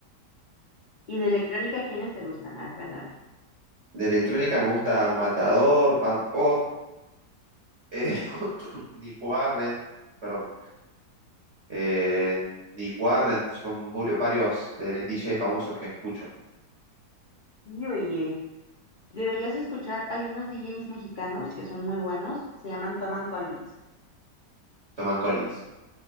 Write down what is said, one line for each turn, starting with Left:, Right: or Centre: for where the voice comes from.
Left: ¿Y de electrónica quiénes te gustan? A ver, cuéntame.
Right: De electrónica me gusta Matador, Pampot, <laughs> eh, <coughs> Nick Warren, perdón. eh, Nick Warren, son bu- varios eh, DJ famosos que escucho.
Left: Y oye, deberías escuchar, hay unos DJs mexicanos que son muy buenos, se llaman Tom and Collins.
Right: Toman Collins.